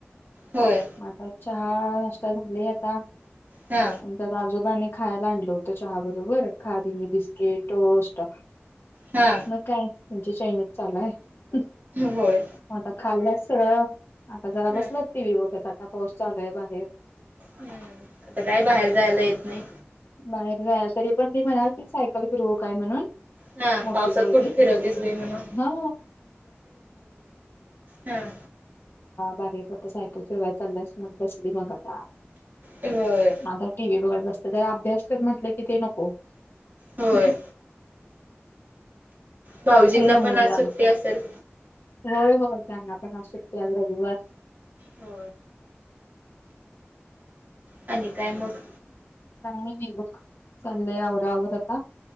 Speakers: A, on the right (about 45°); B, on the left (about 60°).
A: होय
B: आता चहा नाष्टा झालय आता
A: हा
B: आणि त्या आजोबांनी खायला आणलं होतं चहा बरोबर खारी बिस्किट टोस्ट
A: हा
B: मग काय तुमची चैनीच चालूय म
A: होय
B: आता खाल्लस आता जरा
A: ह
B: बसला टी व्ही बघत आता पाऊस चालूय बाहेर
A: हम्म आता काय बाहेर जायला येत नई
B: बाहेर जा <unintelligible> तरी पण ती म्हणाल की सायकल फिरवू काय म्हणून
A: हा
B: मोटी
A: पावसात
B: पोरगी
A: कुठे फिरवतेस बाई
B: <unintelligible>
A: म्हणून
B: <unintelligible> ला
A: हा
B: बाहेर स्वत सायकल फेरवाय चालल्यास मग बसली मग आता आ
A: होय
B: आता टीव्ही बघाय बस्त्यात तर अभ्यास कर म्हटलं की ते नको
A: होय
B: <unintelligible>
A: भाऊजींना
B: नाही जमवतात
A: पण आज सुट्टी
B: आणि
A: असेल
B: होय होय त्यांना पण आज सुट्टी आज रविवार
A: हो आणि काय मग
B: काय नाई बग चाललंय आवरावर आता